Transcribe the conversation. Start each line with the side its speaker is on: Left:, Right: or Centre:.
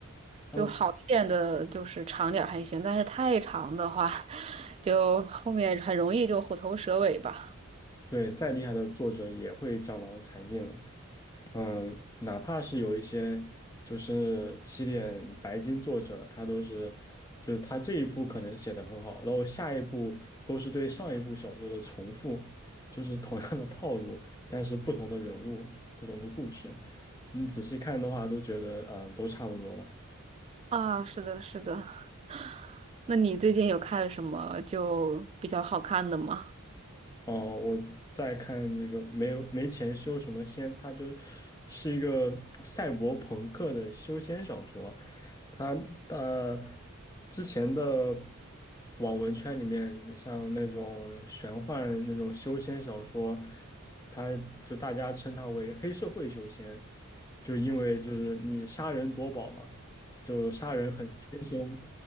Left: 那
Right: 就好一点的，就是长点儿还行，但是太长的话，<laughs> 就后面很容易就虎头蛇尾吧。
Left: 对再厉害的作者也会江郎才尽了。嗯，哪怕是有一些就是起点白金作者，他都是，就是他这一部可能写的很好，然后下一部都是对上一部小说的重复，就是同样的套路，但是不同的人物，不同的故事，你仔细看的话，都觉得啊，呃都差不多吧。
Right: 啊，是的，是的。那你最近有看什么就比较好看的吗？
Left: 哦，我在看这个没有没钱修什么仙，他就是一个赛博朋克的修仙小说。他呃之前的网文圈里面，像那种玄幻那种修仙小说，他就大家称它为黑社会修仙，就因为就是你杀人夺宝嘛，就杀人很轻松。